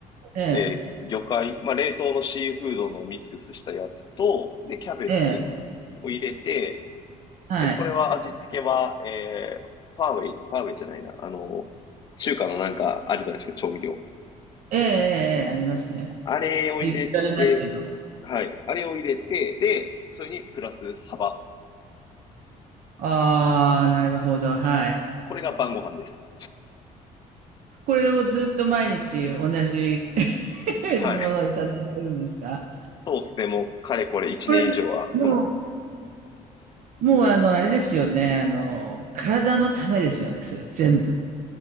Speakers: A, on the right; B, on the left.
A: ええ。
B: えー魚介、まあ、冷凍のシーフードのミックスしたやつと、で、キャベツ
A: ええ。
B: を入れて、
A: はい。
B: で、これは味付けは、えーファーウェイ、ファーウェイじゃないな、あの、中華のなんかあるじゃないですか、調味料。
A: ええ、ええ、ええありますね。
B: あれを入れて、
A: 言ってありますけど。
B: はい、あれを入れて、で、それにプラスサバ。
A: ああ、なるほど。はい。
B: これが晩ご飯です。
A: これをずっと毎日同じ <laughs>
B: はい。
A: ものをいただいてるんですか？
B: そうですね、もうかれこれ1年以上はこの
A: これ、もうもう、あの、あれですよね、あの、体のためですよね、それ全部。